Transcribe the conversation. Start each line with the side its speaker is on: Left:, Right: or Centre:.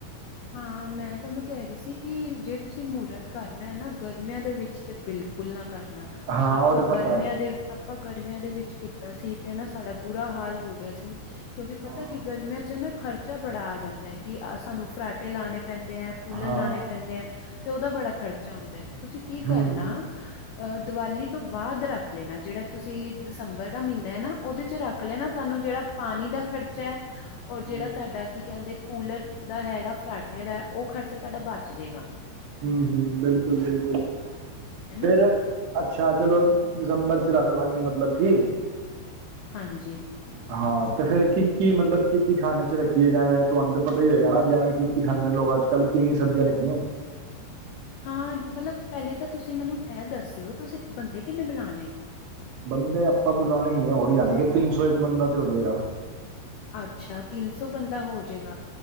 Left: ਹਾਂ ਮੈਂ ਤੁਹਾਨੂੰ ਕਹਿ ਰਹੀ ਸੀ ਕਿ ਜੇ ਤੁਸੀਂ ਮੂਰਤ ਕਰਨਾ ਹੈ ਨਾ- ਗਰਮੀਆਂ ਦੇ ਵਿੱਚ ਤੇ ਬਿਲਕੁਲ ਨਾ ਕਰਨਾ
Right: ਹਾਂ
Left: ਆਪਾਂ
Right: ਉਹ ਤਾਂ ਪਤਾ
Left: ਗਰਮੀਆਂ
Right: ਹੈ
Left: ਦੇ- ਆਪਾਂ ਗਰਮੀਆਂ ਦੇ ਵਿੱਚ ਕੀਤਾ ਸੀ ਤੇ ਨਾ ਸਾਡਾ ਬੁਰਾ ਹਾਲ ਹੋ ਗਿਆ ਸੀ- ਕਿਉਂਕਿ ਪਤਾ
Right: ਹਾਂ
Left: ਕਿ ਗਰਮੀਆਂ ਚ ਨਾ ਖਰਚਾ ਬੜਾ ਆ ਜਾਂਦਾ ਹੈ ਕਿ ਸਾਨੂੰ ਫਰਾਟੇ ਲਾਉਣੇ ਪੈਂਦੇ ਹੈ- ਕੂਲਰ
Right: ਹਾਂ
Left: ਲਾਣੇ ਪੈਂਦੇ ਹੈ ਤੇ ਉਹਦਾ ਬੜਾ ਖ਼ਰਚਾ ਆਉਂਦਾ ਹੈ ਤੁਸੀਂ ਕੀ
Right: ਹੂੰ
Left: ਕਰਨਾ-
Right: ਹੂੰ,
Left: ਅਹ ਦੀਵਾਲੀ ਤੋਂ ਬਾਅਦ ਰੱਖ ਲੈਣਾ ਜਿਹੜਾ ਤੁਸੀਂ ਦਸੰਬਰ ਦਾ ਮਹੀਨਾ ਹੈ ਨਾ ਉਹਦੇ ਚ ਰੱਖ ਲੈ ਨਾ ਤੁਹਾਨੂੰ ਜਿਹੜਾ ਪਾਣੀ ਦਾ ਖਰਚਾ ਹੈ ਔਰ
Right: ਹੂੰ,
Left: ਜਿਹੜਾ ਤੁਹਾਡਾ ਕੀ ਕਹਿੰਦੇ ਕੂਲਰ ਦਾ ਹੈਗਾ ਫਰਾਟੇ ਦਾ ਉਹ ਖ਼ਰਚਾ ਤੁਹਾਡਾ ਬਚ ਜਾੇਗਾ
Right: ਹਮ ਹਮ ਬਿਲਕੁਲ ਬਿਲਕੁਲ
Left: ਹਨਾ
Right: ਫਿਰ ਅੱਛਾ ਚਲੋ ਦਸੰਬਰ ਚ ਰੱਖ ਲਾਂਗੇ ਮਤਲਬ ਜੀ
Left: ਹਾਂਜੀ-
Right: ਹਾਂ ਤੇ ਫੇਰ ਕੀ ਕੀ ਮਤਲਬ ਕੀ ਕੀ ਖਾਣੇ ਚ ਰੱਖੀਏ ਜੀਵੇ ਤੁਹਾਨੂੰ - ਪਤਾ ਹੀ ਹੋਗਾ ਨਾ ਜਿਵੇਂ ਕਿ ਕੀ ਖਾਂਦੇ ਲੋਕ ਅੱਜ ਕੱਲ੍ਹ ਕਿੰਨੀ ਸਬਜ਼ੀਆਂ ਰੱਖੀਆਂ-
Left: ਹਾਂ ਮਤਲਬ ਪਹਿਲੇ ਤਾਂ ਤੁਸੀਂ ਮੈਨੂੰ ਇਹ ਦੱਸਿਓ ਤੁਸੀਂ ਇੱਕ ਬੰਦੇ ਕਿੰਨੇ ਬੁਲਾਉਣੇ-
Right: ਬੰਦੇ ਆਪਾਂ ਬੁਲਾਉਣੇ ਹੀ ਨੇ ਉਹ ਜਾਣੇਗੇ ਤਿੰਨ ਸੌ ਇੱਕ ਬੰਦਾ ਤੇ ਹੋ ਜਾਏਗਾ-
Left: ਅੱਛਾ ਤਿੰਨ ਸੌ ਬੰਦਾ ਹੋਜਏਗਾ